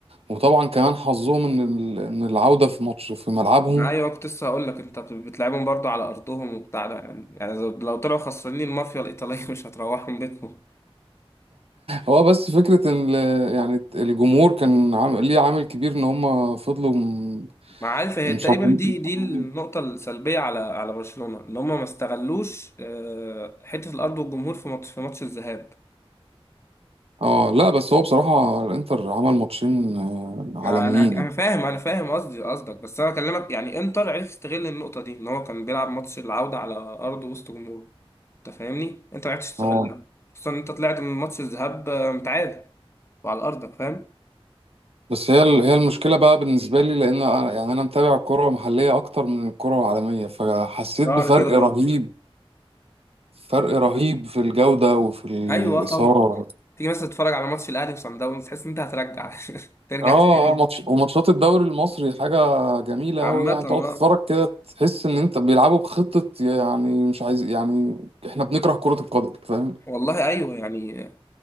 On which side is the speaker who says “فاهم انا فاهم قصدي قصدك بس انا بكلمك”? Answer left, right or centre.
Left